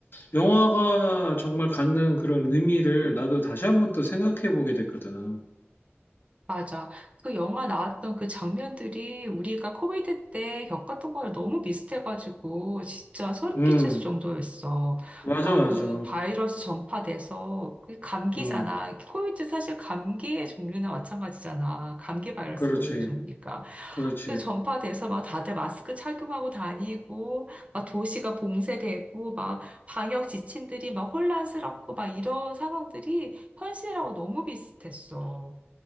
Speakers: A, on the left; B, on the right.
A: 영화가 정말 갖는 그런 의미를 나도 다시 한 번 또 생각해 보게 됐거든.
B: 맞아. 그 영화 나왔던 그 장면들이 우리가 코비드 때 겪었던 거랑 너무 비슷해가지고 진짜 소름
A: 음,
B: 끼칠 정도였어.
A: 맞아,
B: 아,
A: 맞아.
B: 그 바이러스 전파돼서 그 감기잖아.
A: 음,
B: 코비드 사실 감기의 종류나 마찬가지잖아. 감기 바이러스
A: 그렇지,
B: 그 종류니까.
A: 그렇지.
B: 그래서 전파돼서 막 다들 마스크 착용하고 다니고 막 도시가 봉쇄되고 막 방역 지침들이 막 혼란스럽고 막 이런 상황들이 현실하고 너무 비슷했어.